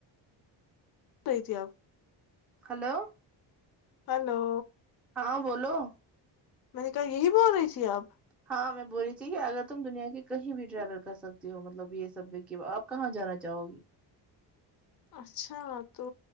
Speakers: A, on the left (about 55°); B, in the centre.
A: رہی تھی آپ
B: ہلو
A: ہلو
B: ہاں بولو
A: میں نے کہا یہی بول رہی تھی آپ
B: ہاں میں بول رہی تھی کہ اگر تم دنیا کے کہیں بھی ٹریول کر سکتی ہو مطلب یہ سب آپ کہاں جانا چاہو گی
A: اچھا تو